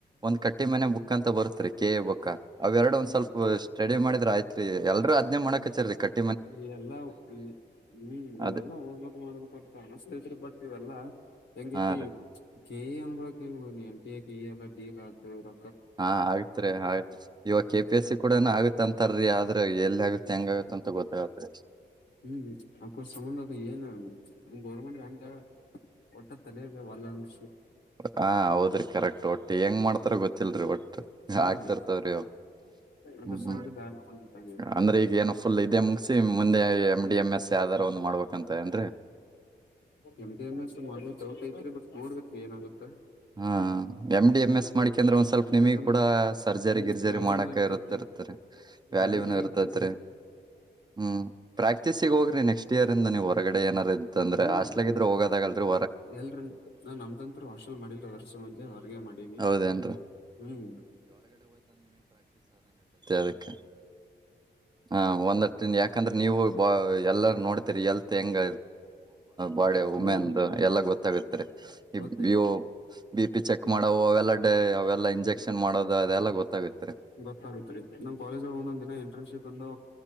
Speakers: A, on the right; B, on the left.
A: ಒಂದು ಕಟ್ಟಿ ಮನೆ ಬುಕ್ ಅಂತ ತ ಬತ್ರಿ ಕೆ ಎ ಬಾ ಅವ ಎರಡು ಒಂದ್
B: ಹ್ಮ್
A: ಸ್ವಲ್ಪ ಸ್ಟಡಿ ಮಾಡಿದ್ರ ಆಯ್ತ್ರಿ ಎಲ್ರೂ ಅ್ ಮಾಡೋಕ್ ಹಚಾರೀ ಕಟ್ಟ
B: ಈ ಎಲ್ಲಾ ಹ್ಮ್ ನೀವೆಲ್ಲಾ
A: ಅದ್
B: ಓದ್ಲಿಕ್ು ಮಾಡ್ಬೇಕ ಅನ್ನಿಸ್ತತ್ರಿ ಬಟ್ ಇವೆಲ್ಲಾ ಹೆಂಗೈತಿ
A: ಹಾ ರೀ
B: ಕೆೇಯ ಅನ್ಗಳಳಕ ಎನ್ಟಿ ಎಲ್ಲ ಡೀಲ್ ಆತ ಇ್ರ
A: ಹಾ ಆಗತ್ರಿ ಆತ್ ಇವಾಗ ಕೆ ಪಿ
B: ಹ್ಮ್
A: ಎಸ್ ಸಿ ಕೂಡ ಆಗತ್ಂತಾರೀ ಆದ್ರ ಎಲ್ ಆಗುತ್ತೆ ಹೆಂಗಗುತ್ತ ಅಂತ ಗೊತ್ತಾಗೆ
B: ಹ್ಮ್ ಅ ಸಮಧ ಇ ಗೌರ್ಮೆಂಟ್ ಾಮ ಒಟ್ಟ ತಲಬೇಕ ಒಲ್ಲಂದ
A: ಹಾ ಹೌದ್ರಿ ಕರೆಕ್ಟ್ ಒಟ್ಟು ಹೆಂಗ್ ಮಾಡ್ತಾರ ಗೊತ್ತಿಲ್ರರಿ ಒಟ್ಟು
B: ಹ್ಮ್
A: ಆಾಕ್ತಿರ್ತವ್ರಿ ಹ್ಮ್
B: ಅದ್ರ ಸಂಬಂಧ
A: ಹ್ಮ್
B: ಬ್ಯಾಡ ತಂದಂಗೈತಿ
A: ಅಂದ್ರೆ ಈಗ ಏನು ಫುಲ್ ಇದೇ ಮುಗಸಿ ಮುಂದೆ ಎ್ ಡಿ ಎಂ ಎಸ್ ಯಾವ್ದಾರ ಒಂದ್ ಮಾಡ್ಬೇಕಂತ ಏನ್ರರಿ
B: ಎಮ್ದ ಶ ಮಾಡವ ದಾವ ತ ಇತ ನೋಡ್ಬೇಕಕ್ಕೆ ಏನಾಗುತ್ತೆ
A: ಹಾ ಎಮ್
B: ಹ್ಮ್
A: ಡಿ ಎಮ್
B: ಇದೇ
A: ಎಸ್ ಮಾಡಿಕೆ ಅಂದ್ರ ಒಂದ ಸ್ವಲ್ಪ ನಿಮಗ್
B: ಯಾಕಂದ್ರ
A: ಕೂಡ ಸರ್ಜರಿ
B: ಹ್ಮ್
A: ಗಿರ್ಜರಿ
B: ವ್ಯಾಲ್ಯೂನು
A: ಮಾಡಕ
B: ಇರ್ತೈತಿ
A: ಇರ್ತ ಇರ್ತರಿ ವ್ಯಾಲ್ಯೂನ
B: ವ್ಯಾಲ್ಯೂನು
A: ಇರ್ತತ್ರಿ
B: ಐತ್ರಿ
A: ಹ್ಮ್ ಪ್ರಾಕ್ಟೀಸಿಗೆ ಹೋಗ್ರಿ ನೆಕ್ಸ್ಟ್ ಇಯರ್ ಇಂದ ನೀವು ಹೊಗಡೆ ಏನಾರ ಇದ ಅ್ರೆ
B: ಹ್ಮ್
A: ಅಸ್ಟ್ಲಗಿದ್ರೆ ಹೋದಾಗಲ್ರಿ
B: ಎಲ್ರಿ ನಾನ್ ನಮ್ದಂ ಹಾಷಲ್ ಮಾಡ ಮೆ ಹೊಗೆ ಮಾಡವಿ ಹ್ಮ್
A: ಹೌದೇನ್ರಿ ಅದಕ್ಕೆ ಹ ಒಂದ್ ಯ ಯಾಕಂದ್ರೆ ನೀವು ಬ ಎಲ್ಲ ನೋಡ್ತೀರಿ ಎಲ್ತ್ ಹೆಂಗ ಬಾಡ ಉಮೆನ್
B: ಹ್ಮ್
A: ಎಲ್ಲ ಗೊತ್ತಾಗತ್ತರಿ
B: ಗೊತ್ತಾಯ್ತು
A: ಇವು ಬಿ ಪಿ ಚೆಕ್ ಮಾಡವು ಅವೆಲ್ಲ ಡ ಅವೆಲ್ಲ ಇಂಜೆಕ್ಷನ್ ಮಾಡೋದು ಅದೆಲ್ಲ ಗೊತ್ತಾಗುತ್ತೆ
B: ಗೊತ್ತಾಗತ್ರಿ ನಮ್ ಕಾಲೇಜ್ ಒಂದೊಂದ್ ದಿನ ಇಂಟರ್ನ್ಶಿಪ್ ಬಂದು